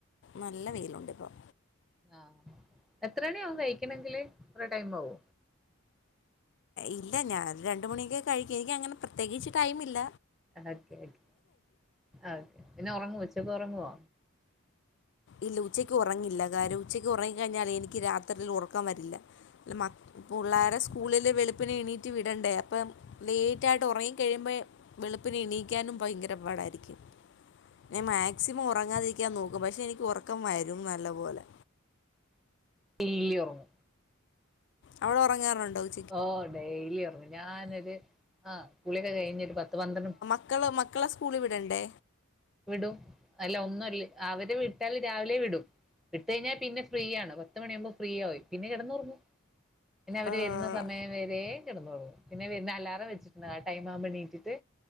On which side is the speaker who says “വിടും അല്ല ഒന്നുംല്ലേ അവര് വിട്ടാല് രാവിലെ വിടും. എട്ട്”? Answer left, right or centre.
Centre